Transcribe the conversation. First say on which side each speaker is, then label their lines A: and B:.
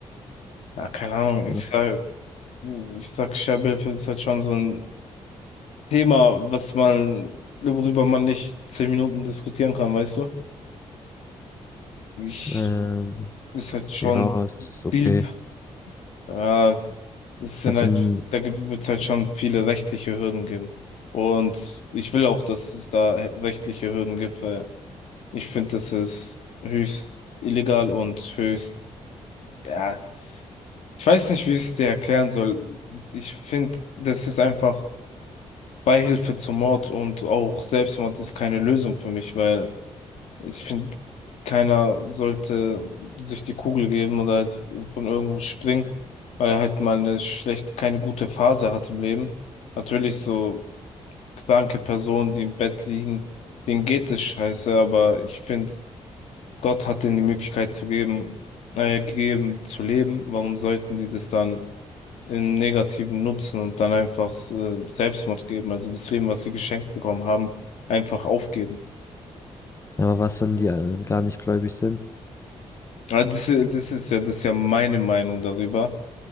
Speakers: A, on the left; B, on the left.
A: Ja, keine Ahnung. Ich
B: Ja.
A: sag, ich sag, Sterbehilfe ist halt schon so ein Thema, was man, worüber man nicht zehn Minuten diskutieren kann, weißt du? Ich,
B: Ähm,
A: ist halt schon
B: ja, ist okay.
A: deep. Ja, es sind
B: Also,
A: halt,
B: m-
A: da wird es halt schon viele rechtliche Hürden geben. Und ich will auch, dass es da rechtliche Hürden gibt, weil Ich finde, das ist höchst illegal und höchst, ja, ich weiß nicht, wie ich es dir erklären soll. Ich finde, das ist einfach Beihilfe zum Mord und auch Selbstmord ist keine Lösung für mich, weil ich finde, keiner sollte sich die Kugel geben oder halt von irgendwo springen, weil er halt mal eine schlecht, keine gute Phase hat im Leben. Natürlich so kranke Personen, die im Bett liegen, denen geht es scheiße, aber ich finde, Gott hat ihnen die Möglichkeit zu geben, äh, gegeben zu leben. Warum sollten die das dann im Negativen nutzen und dann einfach äh, Selbstmord geben? Also das Leben, was sie geschenkt bekommen haben, einfach aufgeben.
B: ja, aber was, wenn die äh, gar nicht gläubig sind?
A: Ja, das, i- das ist ja, das ist ja meine Meinung darüber.